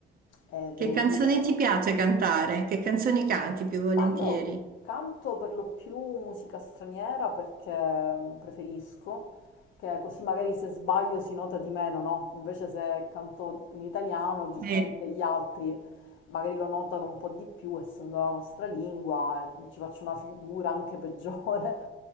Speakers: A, on the left; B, on the right.
A: Eh,
B: Che
A: devo
B: canzoni
A: dire.
B: ti piace cantare? Che canzoni canti più volentieri?
A: Ma io canto per lo più musica straniera perché mm, preferisco, che così magari se sbaglio si nota di meno, no? Invece se canto in italiano, giustamente
B: Sì,
A: gli altri magari lo notano un po' di più, essendo la nostra lingua, e ci faccio una figura anche peggiore,